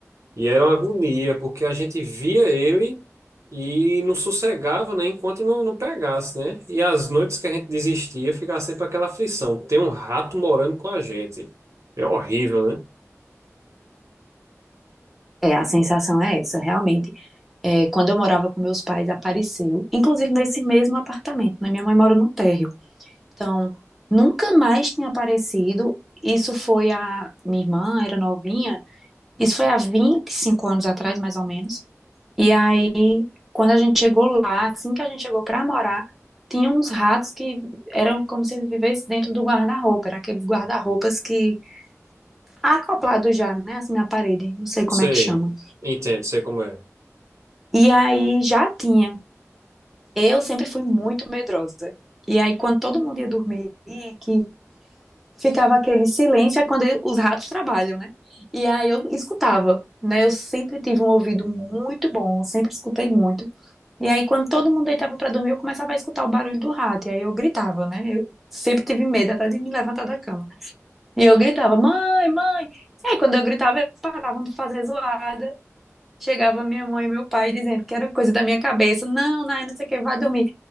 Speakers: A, on the right; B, in the centre.
A: e era uma agonia, porque a gente via ele e não sossegava, né, enquanto não, não pegasse, né? E as noites que a gente desistia, ficava sempre aquela aflição, tem um rato morando com a gente. É horrível, né?
B: É, a sensação é essa, realmente. É, quando eu morava com meus pais, apareceu, inclusive nesse mesmo apartamento, né? Minha mãe mora no térreo. Então, nunca mais tinha aparecido. Isso foi a. Minha irmã era novinha, isso foi há 25 anos atrás, mais ou menos. E aí, quando a gente chegou lá, assim que a gente chegou para morar, tinha uns ratos que eram como se ele vivesse dentro do guarda-roupa, era aqueles guarda-roupas que acoplado já, né, assim na parede, não sei como
A: Sei,
B: é que chama.
A: entendo, sei como é.
B: E aí já tinha Eu sempre fui muito medrosa. E aí, quando todo mundo ia dormir, que ficava aquele silêncio, é quando eu- os ratos trabalham, né? E aí eu escutava, né? Eu sempre tive um ouvido muito bom, sempre escutei muito. E aí, quando todo mundo deitava pra dormir, eu começava a escutar o barulho do rato. E aí eu gritava, né? Eu sempre tive medo até de me levantar da cama. E eu gritava, mãe, mãe. E aí, quando eu gritava, eles paravam de fazer zoada. Chegava minha mãe e meu pai dizendo que era coisa da minha cabeça. Não, não, não sei o que, vai dormir.